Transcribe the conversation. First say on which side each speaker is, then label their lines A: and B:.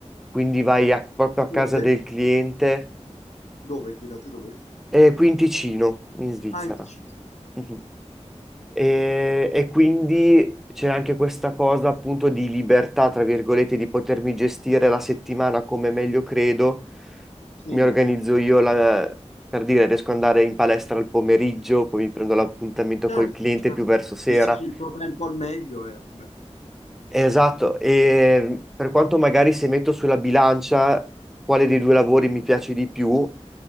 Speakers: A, in the centre; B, on the left.
A: quindi vai a- proprio a
B: Dove?
A: casa del cliente,
B: Dove? Qui da te dove?
A: e qui in Ticino, in Svizzera.
B: Anche CD.
A: Mhm. E, e quindi c'è anche questa cosa appunto di libertà, tra virgolette, di potermi gestire la settimana come meglio credo.
B: Sì,
A: Mi organizzo io la- per dire, riesco ad andare in palestra al pomeriggio, poi mi prendo l'appuntamento
B: certo,
A: col cliente
B: certo.
A: più verso sera.
B: Gestisci il tuo tempo al meglio è beh,
A: Esatto, e per quanto magari se metto sulla bilancia quale dei due lavori mi piace di più,